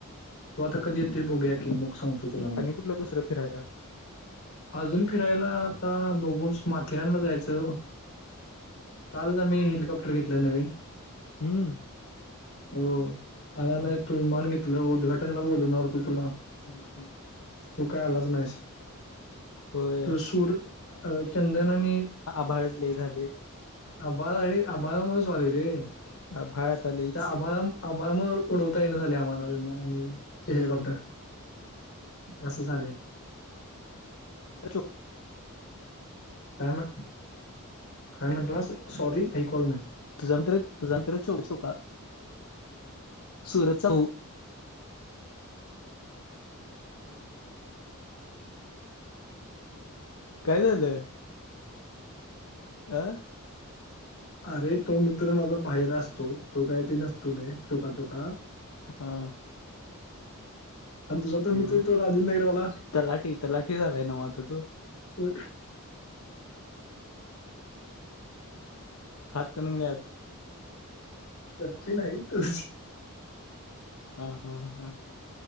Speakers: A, on the left; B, on the left.
A: तू आता
B: बघा
A: कधी येते बोघूया की मग सांगतो तुला मी
B: आणि कुठलं दुसरं फिरायला
A: अजून फिरायला आता बघूस माथेरानला जायचं कालच आम्ही हेलिकॉप्टर घेतलं नवीन
B: हम्म
A: हो आला
B: हा
A: नाही
B: हा
A: तु मान घेतलं उद्घाटनला बोलवणार तू तुला
B: ब ह
A: तू काय आलाच नाहीस
B: होय
A: सूर चंदन आणि
B: बाडच ल झाले
A: आभार आभारा मुच वाले रे त्या
B: आभाळ आता लयच
A: आभार आबा म उडवता येण झाले आम्हाला विमान आणि ते
B: हा
A: हेलिकॉप्टर
B: हा
A: असं झालेय
B: अ
A: काय म्हण काय म्हटला सॉरी आई कॉल नाही
B: तुझ्या मंतर तुझ मंतर चौक चोका सुरतचा हो काय झालंय आह
A: अरे तो मित्र माझा बाहेर असतो तो काही तरी नसतो र चोका चोका
B: हा
A: हम् आणि तुझ तर
B: मग
A: मित्र तो राजंद नगरवाला
B: तलाठी तलाठी झालाय नव्ह आता तो
A: हो
B: हात करंगलीत
A: तर ना ते नाही तु
B: हा हा ह